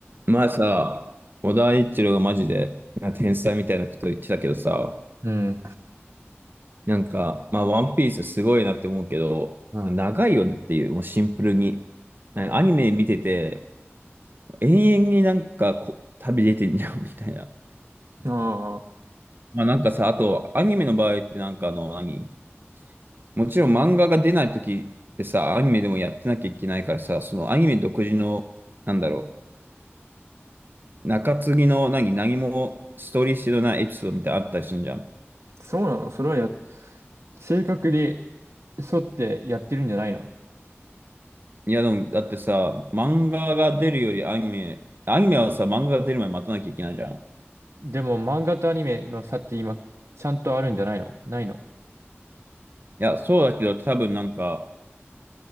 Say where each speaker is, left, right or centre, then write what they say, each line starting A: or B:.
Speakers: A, on the right; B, on the right.
A: まあさ、小田一郎がマジでなんか天才みたいなこと言ってたけどさ、
B: うん。
A: なんか、まあ、ワンピースすごいなって思うけど、なんか長いよねっていう、もうシンプルに。なんかアニメ見てて、延々になんかこ旅出てんじゃんみたいな。
B: ああ、
A: まあなんかさ、あと、アニメの場合ってなんかあの、何もちろん漫画が出ない時ってさ、アニメでもやってなきゃいけないからさ、そのアニメ独自の、なんだろう、中継ぎの何、何もストーリー性のないエピソードみたいなのあったりするじゃん。
B: そうなの。それはや、正確に沿ってやってるんじゃないの
A: いや、でも、だってさ、漫画が出るよりアニメ、アニメはさ、漫画が出る前に待たなきゃいけないじゃん。い
B: でも漫画とアニメの差って今、ちゃんとあるんじゃないのないの
A: や、そうだけど、多分なんか、